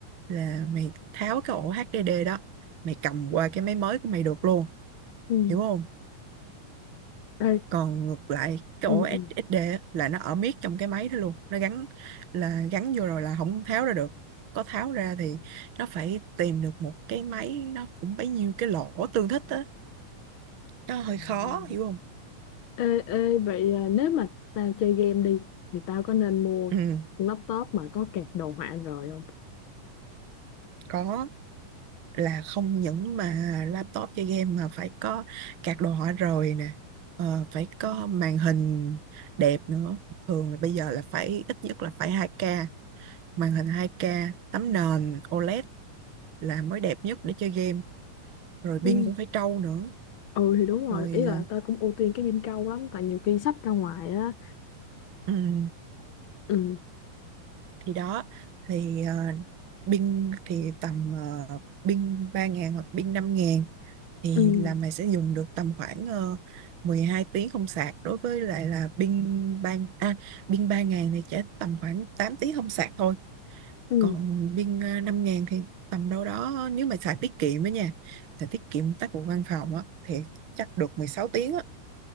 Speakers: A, on the right; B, on the left.
A: là mày tháo cái ổ HDD đó mày cầm qua cái máy mới của mày được luôn
B: Ừ.
A: hiểu không
B: Ê,
A: còn ngược lại cái
B: ừ.
A: ổ SSD á, là nó ở miết trong cái máy đó luôn nó gắn là gắn vô rồi là không tháo ra được có tháo ra thì nó phải tìm được một cái máy nó cũng bấy nhiêu cái lỗ tương thích á nó hơi
B: ừ.
A: khó hiểu không
B: Ê, ê, vậy à, nếu mà tao chơi game đi thì tao có nên mua
A: ừ
B: laptop mà có card đồ họa rồi không?
A: có là không những mà laptop chơi game mà phải có card đồ họa rồi nè ờ, phải có màn hình đẹp nữa thường là bây giờ là phải ít nhất là phải hai k màn hình hai k tấm nền OLED là mới đẹp nhất để chơi game rồi
B: Ừ.
A: pin cũng phải trâu nữa
B: Ừ thì đúng rồi,
A: rồi
B: ý là
A: ờ,
B: tao cũng ưu tiên cái game trâu lắm tại nhiều khi sách ra ngoài á.
A: ừ,
B: Ừ,
A: thì đó thì ờ, pin thì tầm uh, pin 3.000 hoặc pin năm ngàn thì
B: ừ,
A: là mày sẽ dùng được tầm khoảng uh, 12 tiếng không sạc đối với lại là pin ba à, pin 3.000 thì chỉ tầm khoảng 8 tiếng không sạc thôi
B: ừ.
A: còn pin ờ, 5.000 thì tầm đâu đó nếu mà xài tiết kiệm đó nha xài tiết kiệm tác vụ văn phòng á thì chắc được 16 tiếng á